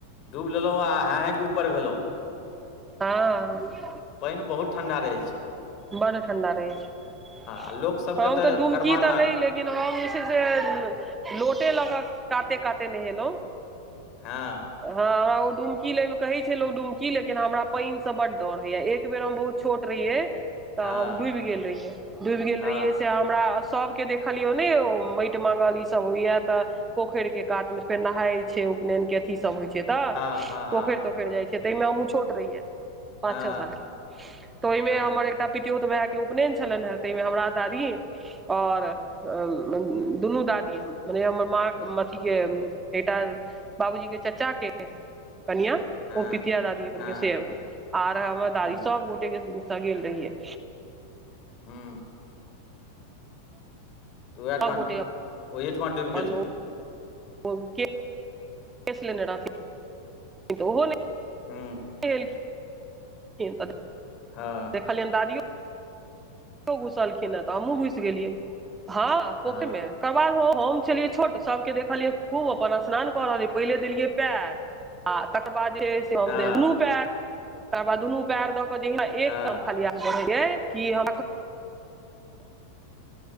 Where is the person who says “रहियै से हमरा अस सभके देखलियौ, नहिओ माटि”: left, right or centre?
Right